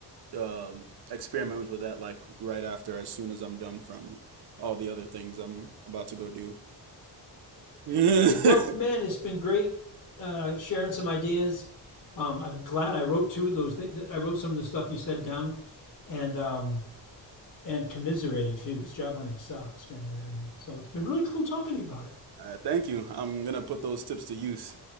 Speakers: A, on the right (about 65°); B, on the left (about 45°).
A: um, experiment with that like right after, as soon as I'm done from all the other things I'm about to go do. <laughs> all
B: Well, man, it's been great uh, sharing some ideas. Um, I'm glad I wrote two of those. Th- I wrote some of the stuff you said down, and um, and commiserating too because job hunting sucks, man. And so it's been really cool talking to you about it.
A: right, thank you. I'm gonna put those tips to use.